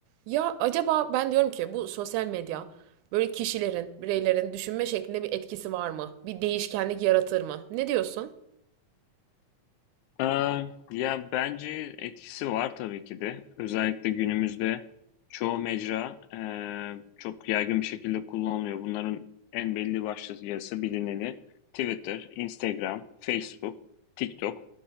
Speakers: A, on the right; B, on the left.
A: Ya acaba ben diyorum ki bu sosyal medya böyle kişilerin, bireylerin düşünme şeklinde bir etkisi var mı? Bir değişkenlik yaratır mı? Ne diyorsun?
B: Eee, Ya bence etkisi var tabii ki de. Özellikle günümüzde çoğu mecra eee, çok yaygın bir şekilde kullanılıyor. Bunların en belli başlıcası bilineni Twitter, Instagram, Facebook, TikTok.